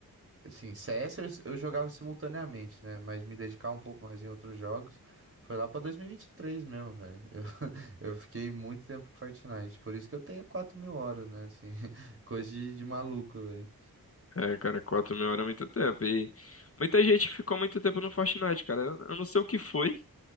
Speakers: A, on the right; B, on the left.
A: Assim, CS eu, eu jogava simultaneamente, né? Mas me dedicar um pouco mais em outros jogos foi lá pra 2023 mesmo, velho. Eu, <laughs> eu fiquei muito tempo com Fortnite, por isso que eu tenho quatro mil horas, né? Assim, <laughs> coisa de, de maluco, velho.
B: É, cara, quatro mil horas é muito tempo. E muita gente ficou muito tempo no Fortnite, cara. Eu eu não sei o que foi.